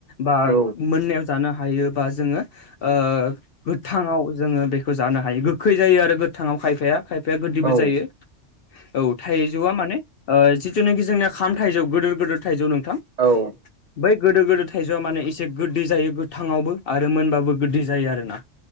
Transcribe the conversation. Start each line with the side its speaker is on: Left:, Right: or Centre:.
Left: बा।
Right: औ
Left: मोननायाव जानो हायोबा जोङो। ओ-गोथाङाव जोङो बेखौ जानो हायो गोखै जायो आरो गोथाङाव खायफाया खायफाय गोदैबो
Right: औ
Left: जायो औ थाइजौआ माने। ओ जिथुनाखि जोंनिया खाम थाइजौ गिदोर गिदोर थाइजौ नोंथां।
Right: औ
Left: बै गोदो गोदो थाइजौआ माने एसे। गोदै जायो गोथांआवबो आरो मोनबो गोदै जायो आरोना